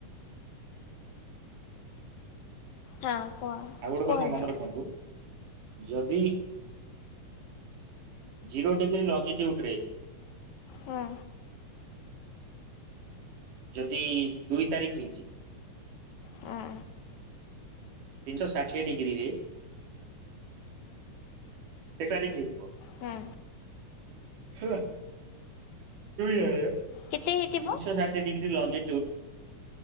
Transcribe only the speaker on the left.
ହଁ କୁହ
କୁହନ୍ତୁ
ହୁଁ
ହୁଁ
ହୁଁ
କେତେ ହେଇଥିବ